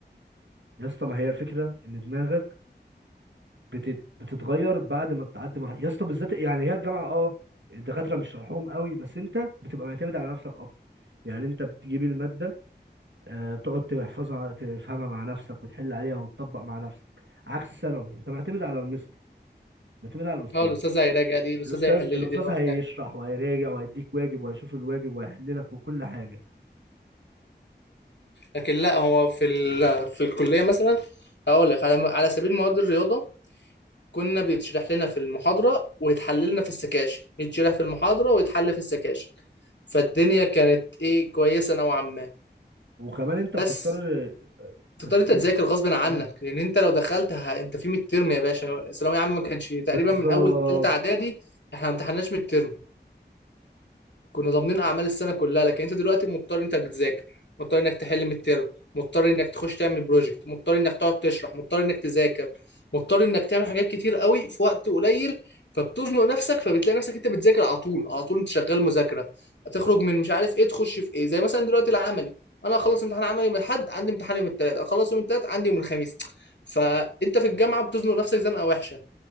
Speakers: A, on the right; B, on the left.
A: يا اسطى ما هي الفكره ان دماغك بتت... بتتغير بعد ما بتعدي مرحله يا اسطى بالذات يعني هي الجامعه اه الدكاتره مش شرحهم قوي بس انت بتبقى معتمد على نفسك اكتر يعني انت بتجيب الماده آه، بتقعد تحفظها تفهمها مع نفسك وتحل عليها وتطبق مع نفسك عكس ثانوي انت معتمد على المستر معتمد على الاستاذ
B: اه الاستاذه هيراجع دي الاستاذه
A: الاستاذ
B: هيحل
A: الاستاذ
B: لي دي لوحدها
A: هيشرح وهيراجع وهيديك واجب وهيشوف الواجب وهيحل لك وكل حاجه
B: لكن لا هو في ال... في الكليه مثلا اقول لك على على سبيل مواد الرياضه كنا بيتشرح لنا في المحاضره ويتحل لنا في السكاشن يتشرح في المحاضره ويتحل في السكاشن فالدنيا كانت ايه كويسه نوعا ما
A: وكمان انت بتضطر
B: بس تضطر
A: بس
B: انت
A: ايه
B: تذاكر غصب عنك
A: اه
B: لان انت لو دخلت ه... انت في ميد ترم يا باشا ثانويه عامه ما كانش تقريبا
A: بالظبط
B: من اول ثالثه اعدادي احنا ما امتحناش ميد ترم، كنا ضامنين اعمال السنه كلها لكن انت دلوقتي مضطر انك تذاكر مضطر انك تحل من الترم مضطر انك تخش تعمل بروجكت مضطر انك تقعد تشرح مضطر انك تذاكر مضطر انك تعمل حاجات كتير قوي في وقت قليل فبتزنق نفسك فبتلاقي نفسك انت بتذاكر على طول على طول انت شغال مذاكره تخرج من مش عارف ايه تخش في ايه زي مثلا دلوقتي العملي انا اخلص امتحان عملي من الحد عندي امتحان يوم الثلاث اخلص يوم الثلاث عندي يوم الخميس فانت في الجامعه بتزنق نفسك زنقه وحشه